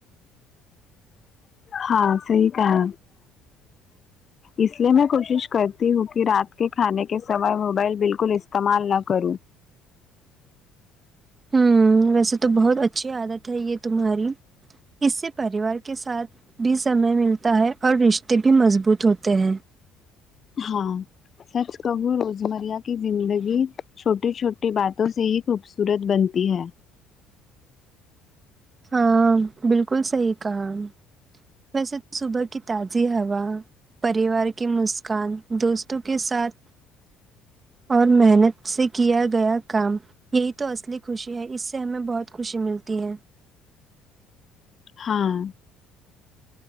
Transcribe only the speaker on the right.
ہوں ویسے تو بہت اچھی عادت ہے یہ تمہاری اس سے پریوار کے ساتھ بھی سمے ملتا ہے اور رشتے بھی مضبوط ہوتے ہیں
ہاں بالکل صحیح کہا ویسے صبح کی تازی ہوا پریوار کی مسکان دوستوں کے ساتھ اور محنت سے کیا گیا کام یہی تو اصلی خوشی ہے اس سے ہمیں بہت خوشی ملتی ہے